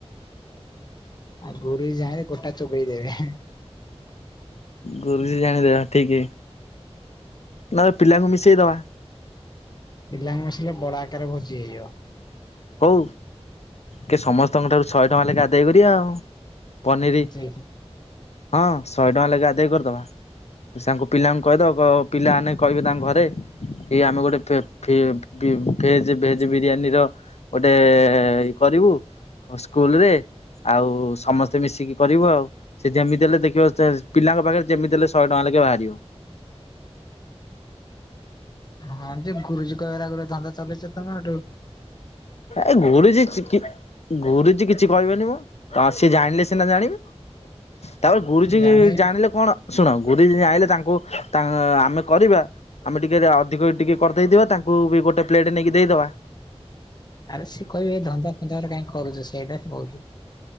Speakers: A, on the left (about 40°); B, on the left (about 75°).
A: ଆଉ ଗୁରୁଜୀ ଯାଇଲେ ଗୋଟା ଚୋବେଇ ଦେବେ।
B: ଗୁରୁଜୀ ଜାଣିଲେ ହଁ ଠିକ। ନଲେ ପିଲାଙ୍କୁ ମିଶେଇ ଦବା।
A: ପିଲାଙ୍କୁ ମିସେଇଲେ ବଡ ଆକାରରେ ଭୋଜି ହେଇଯିବ।
B: ହଉ କି ସମସ୍ତଙ୍କ ଠାରୁ ଶହେ ଟଙ୍କା ଲେଖା ଆଦାୟ କରିବା ଆଉ। ପନିର
A: ହଁ ଯେ
B: ହଁ ଶହେ ଟଙ୍କା ଲେଖାଏ ଆଦେଇ କରିଦବା। ସାଙ୍କୁ ପିଲାଙ୍କୁ କହିଦବ କ ପିଲା ଆନେ କହିବେ ତାଙ୍କ ଘରେ କି ଆମେ ଗୋଟେ ଫେ-ଫି ଭେଜ ଭେଜ ବିରିୟାନୀର। ଗୋଟେ ଇ କରିବୁ ସ୍କୁଲରେ। ଆଉ ସମସ୍ତେ ମିଶିକି କରିବୁ ଆଉ ସେ ଯେମିତି ହେଲେ ଦେଖିବ ଚା ପିଲାଙ୍କ ପାଖରେ ଯେମିତି ହେଲେ ଶହେ ଟଙ୍କା ଲାଖ୍ ବାହାରିବ।
A: ହଁ ଯେ ଗୁରୁଜୀ କହିବେଏରା ଗୁରେ ଧନ୍ଦା ଚାଲେଇଛ ତମେ ଏଠୁ
B: ଏ ଘୁରୁଛି ଚିକି ଘୁରୁଛି କିଛି କହିବେନି ମ। ହଁ ସିଏ ଜାଣିଲେ ସିନା ଜାଣିବେ ତାପରେ ଗୁରୁଜୀ
A: ଜାଣି
B: ଜାଣିଲେ କଣ ଶୁଣ ଗୁରୁଜୀ ଯାନିଲେ ତାଙ୍କୁ ତା ଆମେ କରିବା। ଆମେ ଟିକେ ଅଧିକ ଟିକେ କରି ଦେଇଥିବା ତାଙ୍କୁ ବି ଗୋଟେ ପ୍ଲେଟ୍ ନେଇକି ଦେଇଦେବା।
A: ଆରେ ସିଏ କହିବେ ଏଇ ଧନ୍ଦା ଫନ୍ଦାରେ କାଇଁ କରୁଛ ସେଇଟା ହିଁ ବହୁତ।